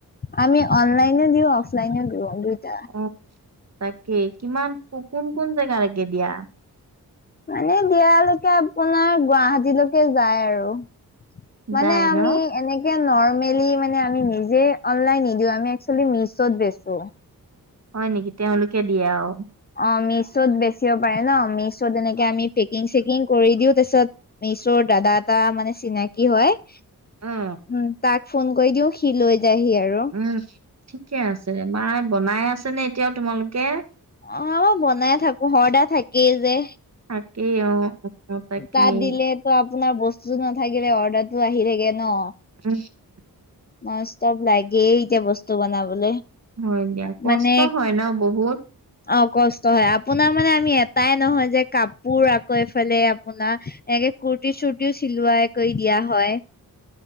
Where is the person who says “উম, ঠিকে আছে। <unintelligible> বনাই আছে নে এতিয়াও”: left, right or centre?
Right